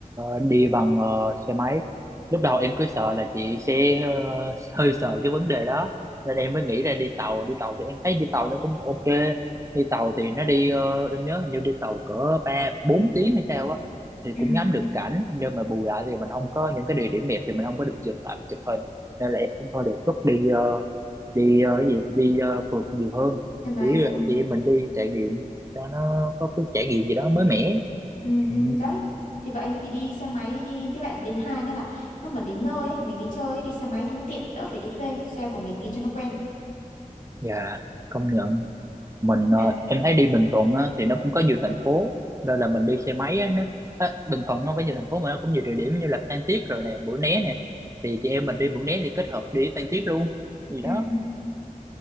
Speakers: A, on the right; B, on the left.
A: đi bằng ờ, xe máy lúc đầu em cứ sợ là chị sẽ ờ, hơi sợ cái vấn đề đó nên em mới nghĩ ra đi tàu đi tàu thì em thấy đi tàu nó cũng ok đi tàu thì nó đi ờ, em nhớ hình như đi tàu cỡ ba bốn tiếng hay sao á thì
B: ừ
A: cũng ngắm được cảnh nhưng mà bù lại thì mình không có những cái địa điểm đẹp thì mình không có được dừng lại mình chụp hình nên là em cũng thôi đề xuất đi ờ, đi ờ, cái gì đi ờ, phượt nhiều hơn
B: xe máy
A: chỉ
B: ừ.
A: chị em mình đi trải nghiệm cho nó có cái trải nghiệm gì đó mới mẻ
B: Ừ, ừ,
A: Ừ.
B: đấy thì vậy thì đi xe máy đi với lại đến hai nữa là lúc mà đến nơi ấy, mình đi chơi ấy, đi xe máy cho nó tiện đỡ phải đi thuê xe của mình đi cho nó quen
A: Dạ, công nhận mình ờ,
B: này
A: em thấy đi Bình Thuận á, thì nó cũng có nhiều thành phố nên là mình đi xe máy á, nó á, Bình Thuận nó với nhiều thành phố mà nó cũng nhiều địa điểm như là Phan Thiết rồi nè Mũi Né nè thì chị em mình đi Mũi Né thì kết hợp đi Phan Thiết luôn gì
B: ừ,
A: đó
B: ừ.